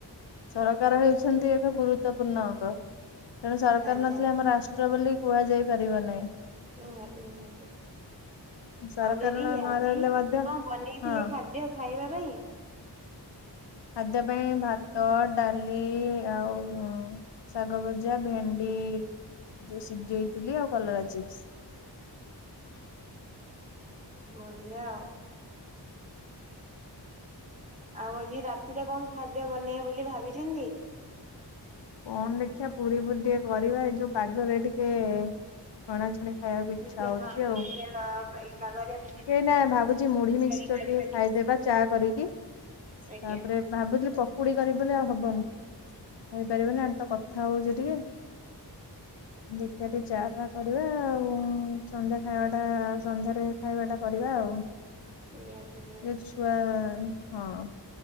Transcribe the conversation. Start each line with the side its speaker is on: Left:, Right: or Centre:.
Left: ସରକାର
Right: ନିହାତି ନିହାତି,
Left: ହେଉଛନ୍ତି ଏକ ଗୁରୁତ୍ୱପୂର୍ଣ୍ଣ ଅଙ୍ଗ ତେଣୁ ସରକାର
Right: ଆଜ୍ଞା
Left: ନଥିଲେ ଆମ ରା ଷ୍ଟ୍ର ବୋଲି କୁହାଯାଇ ପାରିବ ନାହିଁ।
Right: ନିହାତି ନିହାତି।
Left: ସରକାର
Right: ଆଉ ଦିଦି
Left: ନ
Right: ଆଜି
Left: ରହିଲେ ମଧ୍ୟ
Right: କଁ ବନେଇଥିଲେ
Left: ହଁ
Right: ଖାଦ୍ୟ ଖାଇବା ପାଇଁ।
Left: ଖାଦ୍ୟ ପାଇଁ ଭାତ ଡାଲି ଆଉ ଶାଗ ଭଜା ଭେଣ୍ଡି ଯୋଉ ସିଜେଇଥିଲି ଆଉ କଲରା ଚିପ୍ସ।
Right: ବଢିଆ ଆଉ। ଆଉ ଆଜି ରାତିରେ କଣ ଖାଦ୍ୟ ବନେଇବେ ବୋଲି ଭାବିଚନ୍ତି?
Left: କଣ ଦେଖିଆ ପୁରୀ ଫୁରି ଟିକେ କରିବା ଏଇ ଯୋଉ ପାଗରେ ଟିକେ ଛଣାଛୁଣି। ଖାଇବାକୁ ଇଚ୍ଛା
Right: ଟିକେ
Left: ହୋଉଚି
Right: ହଁ
Left: ଆଉ।
Right: <unintelligible>
Left: ଏଇନା ଭାବୁଚି ମୁଢି ମିକ୍ସର
Right: ତରକାରୀ କରିବା
Left: ଟିକେ ଖାଇଦେବା ଚା କରିକି ତାପରେ
Right: ଆଜ୍ଞା
Left: ଭାବୁଥିଲି ପକୁଡି କରିବି ବୋଲି ଆଉ ହବନି। ହେଇପାରିବନି ଆମେ ତ କଥା ହୋଉଚୁ ଟିକେ। ଦେଖିଆ ଟିକେ ଚା ଫା କରିବା ଆଉ ସନ୍ଧ୍ୟା ଖାଇବା ଟା ସନ୍ଧ୍ୟାରେ ଖାଇବାଟା କରିବା ଆଉ
Right: ନିହାତି ନିହାତି
Left: ଏ ଛୁଆ ହଁ।